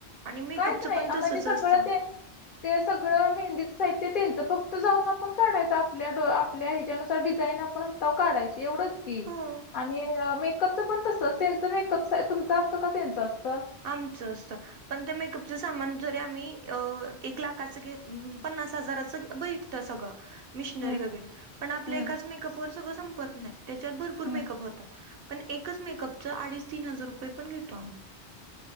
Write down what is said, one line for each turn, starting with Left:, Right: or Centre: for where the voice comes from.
Right: आणि मेकअपचं
Left: काहीच नाही
Right: पण
Left: आ, म्हणजे
Right: तसंच असतं.
Left: <inaudible> ते सगळं मेहंदीच साहित्य त्यांचं फक्त जाऊन आपण काढायचं आपल्या आपल्या ह्याच्यानुसार डिझाईन आपण हा तावर काढायची एवढंच की.
Right: हो
Left: आणि मेकअपच पण तस त्यांचं मेकअप सा तुमचं असतं का त्यांचं असतं?
Right: आमचं असत. पण ते मेकअपच सामान जरी आम्ही एक लाखाच घ पन्नास हजाराचं ब त सगळं मिशनरी
Left: हम्म
Right: वगैरे पण आपल्या
Left: हम्म
Right: एकाच मेकअप वर सगळं संपत नाही त्याच्यात भरपूर
Left: हम्म
Right: मेकअप होतात. पण एकच मेकअपच अडीच तीन हजार रुपये पण घेतो आम्ही.